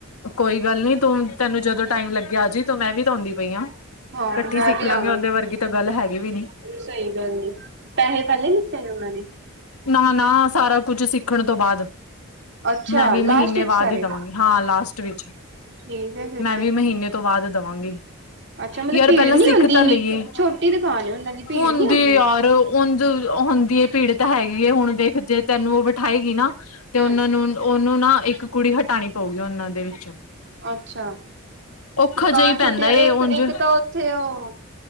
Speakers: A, on the left; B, on the right.
A: ਕੋਈ ਗੱਲ ਨੀ ਤੂੰ ਤੈਨੂੰ ਜਦੋਂ ਟਾਈਮ ਲੱਗਿਆ ਆ ਜ ਤੂੰ ਮੈਂ ਵੀ ਤਾਂ ਆਉਂਦੀ ਪਈ ਆ
B: ਹਾਂ
A: ਕੱਠੇ
B: ਮੈਂ
A: ਸਿੱਖ
B: ਵੀ
A: ਲਾਂਗੇ
B: ਆਵਾਂਗੀ
A: ਉਨਦੇ ਵਰਗੀ ਤਾਂ ਗੱਲ ਹੈਗੀ ਵੀ ਨੀ
B: ਸਹੀ ਗੱਲ ਏ ਪੈਹੈ ਪਹਿਲੇ ਲਿਤੇ ਨੇ ਉਹਨਾਂ ਨੇ।
A: ਨਾ-ਨਾ ਸਾਰਾ ਕੁਛ ਸਿੱਖਣ ਤੋਂ ਬਾਦ,
B: ਅੱਛਾ
A: ਮੈਂ ਵੀ ਮਹੀਨੇ
B: ਲਾਸਟ ਵਿੱਚ
A: ਬਾਦ
B: ਸਾਰੇ
A: ਹੀ ਦਵਾਂਗੀ। ਹਾਂ ਲਾਸਟ ਵਿੱਚ
B: ਠੀਕ ਹੈ ਫਿਰ
A: ਮੈਂ
B: ਤੇ।
A: ਵੀ ਮਹੀਨੇ ਤੋਂ ਬਾਅਦ ਦਵਾਗੀ।
B: ਅੱਛਾ ਮਤਲਬ
A: ਯਾਰ
B: ਭੀੜ
A: ਪਹਿਲਾਂ
B: ਨੀ
A: ਸਿੱਖ
B: ਹੁੰਦੀ
A: ਤਾਂ
B: ਇੰਨੀ
A: ਲਈਏ।
B: ਛੋਟੀ ਦੁਕਾਨ ਏ ਉਹਨਾਂ ਦੀ ਭੀੜ
A: ਹੁਣਦੀ
B: ਨੀ ਹੁੰਦੀ।
A: ਯਾਰ ਉਂਜ ਹੁੰਦੀ ਅ ਪੀੜ ਤਾ ਹੈਗੀ ਹੈ, ਹੁਣ ਦੇੇਖ ਜੇ ਤੈਨੂੰ ਉਹ ਬਿਠਾਏਗੀ ਨਾ ਤੇ
B: ਹੂੰ।
A: ਉਹਨਾਂ ਨੂੰ ਉਹਨੂੰ ਨਾ ਇੱਕ ਕੁੜੀ ਹਟਾਣੀ ਪਊਗੀ ਉਹਨਾਂ ਦੇ ਵਿੱਚੋਂ
B: ਅੱਛਾ,
A: ਔਖਾ
B: ਦੁਕਾਨ
A: ਜਿਹਾ ਹੀ
B: ਛੋਟੀ
A: ਪੈਂਦਾ ਏ
B: ਇੱਕ
A: ਉਝ
B: -ਇੱਕ ਤਾਂ ਉੱਥੇ ਉਹ